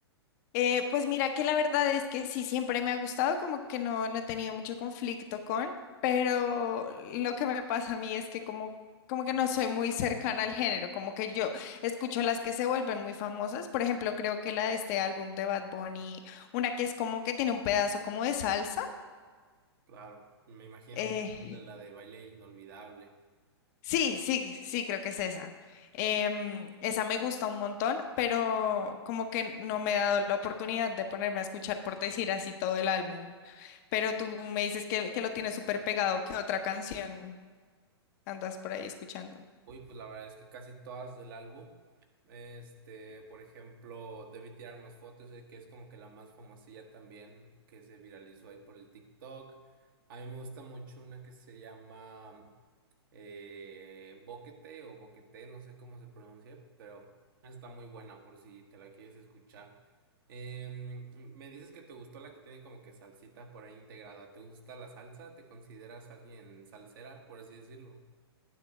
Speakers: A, on the left; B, on the right.
A: Eh, pues mira que la verdad es que sí, siempre me ha gustado, como que no, no he tenido mucho conflicto con, pero lo que me pasa a mí es que como, como que no soy muy cercana al género, como que yo escucho las que se vuelven muy famosas, por ejemplo, creo que la de este álbum de Bad Bunny, una que es como que tiene un pedazo como de salsa.
B: Claro, me imagino
A: eh,
B: que hablas de la de baile inolvidable.
A: sí, sí, sí, creo que es esa. Em, esa me gusta un montón, pero como que no me he dado la oportunidad de ponerme a escuchar por decir así todo el álbum. Pero tú me dices que, que lo tienes súper pegado, ¿qué otra canción andas por ahí escuchando?
B: Uy, pues la verdad es que casi todas del álbum. Este, por ejemplo, Debí tirar más fotos, eh, que es como que la más famosilla también, que se viralizó ahí por el TikTok. A mí me gusta mucho una que se llama eh, Boquete o Boquete, no sé cómo se pronuncia, pero está muy buena por si te la quieres escuchar. Em, me dices que te gustó la que tiene como que salsita por ahí integrada. ¿Te gusta la salsa? ¿Te consideras alguien salsera, por así decirlo?